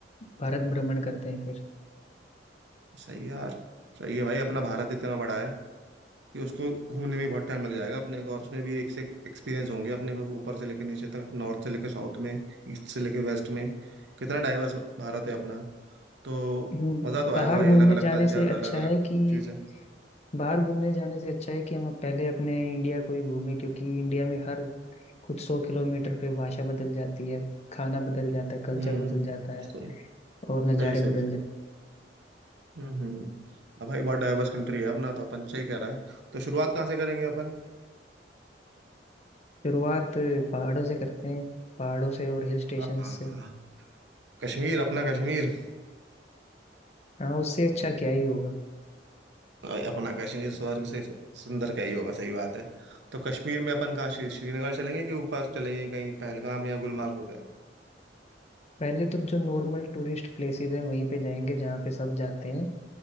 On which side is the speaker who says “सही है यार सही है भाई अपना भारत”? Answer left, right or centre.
Right